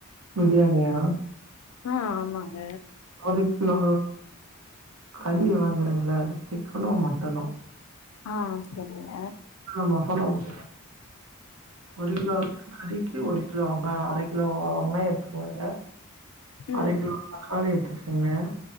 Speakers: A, on the right; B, on the left.
A: பிரியாணியா
B: ஆ ஆமாங்க
A: ஒரு கிலோ கறி வாங்குறங்கில்ல சிக்கனோ மட்டனோ
B: ஆ சரிங்க
A: ஆமா சொல்ல வந்து ஒரு கிலோ கறிக்கு ஒரு கிலோ வெங்க அரை கிலோ வெங்காயோ எட்துக்கோங்க ‌இத
B: ம்.
A: அரை கிலோ தக்காளி எடுத்துக்கோங்க